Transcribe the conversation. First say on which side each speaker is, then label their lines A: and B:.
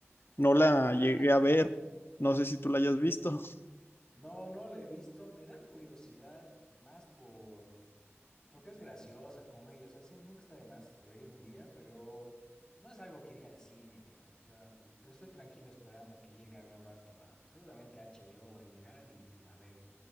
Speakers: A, on the left; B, on the left.
A: no la
B: Ah,
A: llegué a ver, no sé si tú la hayas visto. <laughs>
B: <laughs> no, no le he visto. Me da curiosidad más por... porque es graciosa, comedia. O sea, sí, nunca está de más reír un día, pero no es algo que iría al cine, digamos. O sea, te- estoy tranquilo esperando a que llegue algún rato a... Seguramente HBO va a llegar y la veo.